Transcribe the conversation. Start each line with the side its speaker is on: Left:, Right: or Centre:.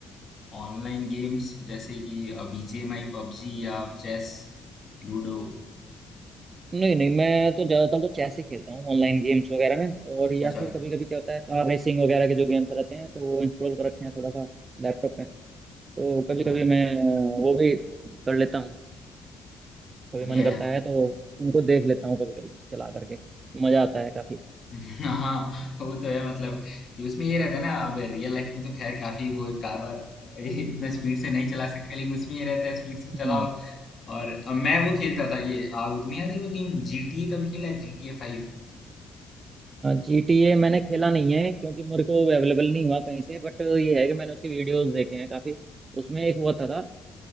Left: ऑनलाइन गेम्स जैसे कि बीजीएमआई पबजी या चेस लूडो
Right: नहीं नहीं मैं तो ज़्यादातर तो चेस ही खेलता हूँ ऑनलाइन गेम्स वगैरह में और या
Left: अच्छा
Right: फिर कभी कभी क्या होता है कार रेसिंग वगैरह के जो गेम्स रहते हैं तो वो इंस्टॉल कर रखे हैं थोड़ा सा लैपटॉप में तो कभी
Left: अच्छा
Right: कभी मैं वो भी कर लेता हूँ कभी
Left: बढ़िया
Right: मन करता
Left: यार
Right: है तो उनको देख लेता हूँ कभी कभी चला करके मज़ा आता है काफ़ी
Left: <laughs> हाँ वो तो है मतलब कि उसमें ये रहता है ना अब रियल लाइफ में तो खैर काफी वो कार वार <laughs> इतना स्पीड से नहीं चला सकते लेकिन उसमें ये रहता है स्पीड से
Right: हम्म
Left: चलाओ और अब मैं वो खेलता था ये आ, तुम्हें याद है वो गेम GTA का भी खेला है GTA 5
Right: जीटीए मैंने खेला नहीं है क्योंकि मेरे को अवेलेबल नहीं हुआ कहीं से बट ये है कि मैंने उसके वीडियोस देखे हैं काफी उसमें एक वो था, था